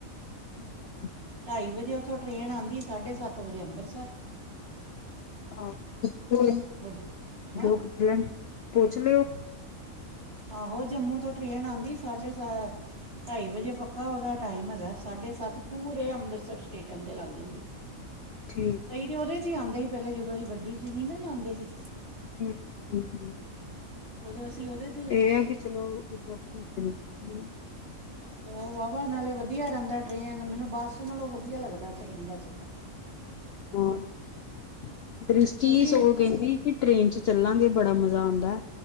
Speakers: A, on the left; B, on the right.
A: ਹੂੰ
B: ਢਾਈ ਵਜੇ ਉਥੋਂ ਟ੍ਰਰੇਨ ਆਉਂਦੀ ਸਾਢੇ ਸੱਤ ਵਜੇ ਅੰਬਰਸਰ
A: ਆਹੋ
B: ਬੜੇ ਹੈਂ
A: ਪੁੱਛ ਲੈਣ ਪੁੱਛ ਲਿਓ।
B: ਆਹੋ ਜੰਮੂ ਤੋਂ ਟ੍ਰਰੇਨ ਆਉਂਦੀ ਸਾਢੇ ਸ ਢਾਈ ਵਜੇ ਪੱਕਾ ਉਹਦਾ ਟਾਈਮ ਹੈਗਾ ਸਾਢੇ ਸੱਤ ਪੂਰੇ ਅੰਮ੍ਰਿਤਸਰ ਸਟੇਸ਼ਨ 'ਤੇ ਲੱਗ ਜਾਂਦੀ।
A: ਠੀਕ ਹੈ।
B: ਦੀਦੀ ਉਹਦੇ 'ਚ ਹੀ ਆਂਦੇ ਸੀ ਪਹਿਲੇ ਜਦੋਂ ਅਸੀਂ ਗੱਡੀ 'ਚ ਨਹੀਂ ਨਾ ਜਾਂਦੇ ਸੀ।
A: ਹੂੰ- ਹੂੰ- ਹੂੰ।
B: ਉਦੋਂ ਅਸੀਂ ਔਹਦੇ
A: ਇਹ ਆ ਕਿ ਚਲੋਂ <unintelligible>
B: ਤੇ ਉਹ ਵਾਹਵਾ ਨਾਲੇ ਵਧੀਆ ਰਹਿੰਦਾ ਟ੍ਰੇਨ ਮੈਨੂੰ ਬੱਸ ਨਾਲੋਂ ਵਧੀਆ ਲੱਗਦਾ ਟਰੇਨ ਦਾ ਸਫ਼ਰ।
A: ਹਾਂ। ਦ੍ਰਿਸ਼ਟੀ
B: ਕਿਉਂਕਿ
A: ਸਗੋਂ ਕਹਿੰਦੀ ਕਿ ਟ੍ਰਰੇਨ ਚ ਚੱਲਾਂਗੇ ਬੜਾ ਮਜ਼ਾ ਆਂਦਾ ਐ।